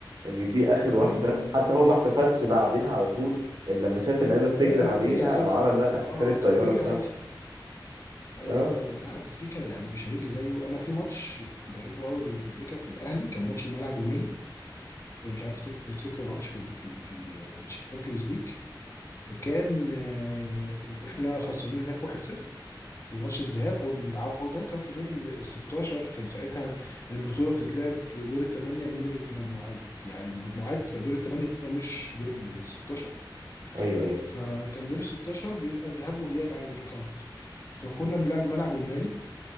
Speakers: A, on the right (about 50°); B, on the left (about 35°).
A: ان دي اخر
B: مم.
A: واحده حتى هو ما احتفلش بعديها على طول الا لما شاف
B: أيوة
A: اللعيبه
B: كان
A: بتجري
B: باين
A: عليها
B: هو جري عادي
A: قام عمل
B: اه
A: بقى الاحتفال
B: اه
A: الطياره
B: أه، كان بيجري
A: بتاعته
B: عادي ايوه
A: اه
B: ايوه لا بوتريكا يعني مش هيجي زيه انا في ماتش بحبه قوي لبوتريكا في الاهلي كان ماتش الملعب المالي إيه، مش عارف انت تفتكره ماتش في ال في ال في, ال في الشامبيونز ليج كان آه، احنا خسرانين هناك 1-0 في ماتش الذهاب والعوده كان في دور ال 16 كان ساعتها البطوله بتتلعب دور الثمانيه من المجموعات يعني المجموعات بقى دور الثمانيه مش دور ال 16
A: ايوه ايوه
B: فكان دور ال 16 بيبقى ذهاب واياب عادي نوك اوت فكنا بنلعب الملعب المالي